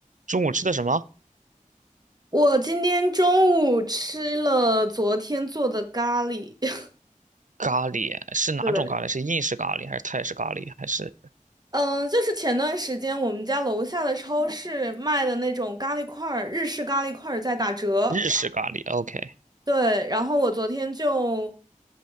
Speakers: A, on the right; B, on the right.
A: 中午吃的什么？
B: 我今天中午吃了昨天做的咖喱，<laughs>
A: 咖喱是哪种咖喱？
B: 对，
A: 是印式咖喱还是泰式咖喱还是
B: 嗯，就是前段时间我们家楼下的超市卖的那种咖喱块儿，日式咖喱块儿在打折。
A: 日式咖喱？OK
B: 对，然后我昨天就，